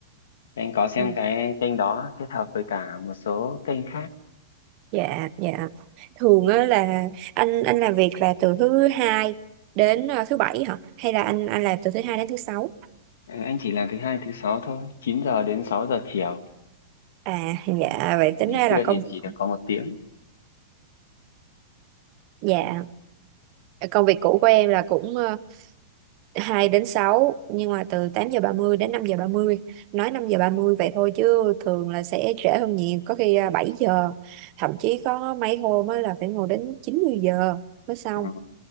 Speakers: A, on the left; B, on the right.
A: anh có xem
B: Ừ.
A: cái kênh đó kết hợp với cả một số kênh khác
B: Dạ, dạ. Thường á là anh anh làm việc là từ thứ hai đến ờ, thứ bảy hả? Hay là anh anh làm từ thứ hai đến thứ sáu?
A: Ờ, anh chỉ làm thứ hai thứ sáu thôi 9 giờ đến sáu giờ chiều
B: À, dạ vậy tính
A: nghỉ
B: ra
A: trưa
B: là công
A: thì
B: việc
A: chỉ
B: cũng-
A: được có một tiếng
B: dạ công việc cũ của em là cũng ờ, 2 đến sáu nhưng mà từ 8 giờ 30 đến năm giờ ba mươi Nói 5 giờ 30 vậy thôi chứ thường là sẽ trễ hơn nhiều, có khi ờ, 7 giờ, thậm chí có mấy hôm á là phải ngồi đến 90 giờ mới xong.
A: Ừ.